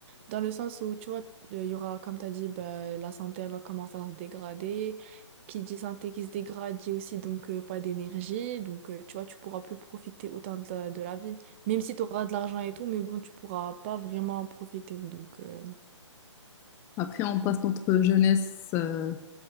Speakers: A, on the right; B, on the left.
A: dans le sens où tu vois, euh, il y aura, comme tu as dit, bah, la santé elle va commencer à se dégrader. Qui dit santé qui se dégrade dit aussi donc euh, pas d'énergie. Donc euh, tu vois, tu pourras plus profiter autant de la, de la vie. Même si tu auras de l'argent et tout, mais bon, tu pourras pas vraiment en profiter. Donc euh,
B: Après, on passe notre jeunesse euh,